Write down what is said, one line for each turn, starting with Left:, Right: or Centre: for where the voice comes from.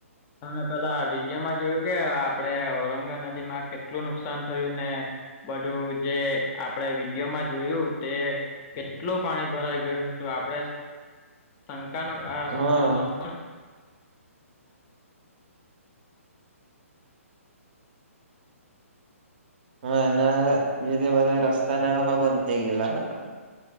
Left: મે પેલા વિડીયોમાં જોયું કે આપડે ઔરંગા નદી માં કેટલું નુકસાન થયું ને બધું જે આપડે વિડીયોમાં જોયું તે કેટલું પાણી ભરાઈ ગયું હતું આપણેે શંકા ન
Right: હા હા એના લીધે બધા રસ્તાને
Left: હલો
Right: હ બન થઈ ગલાા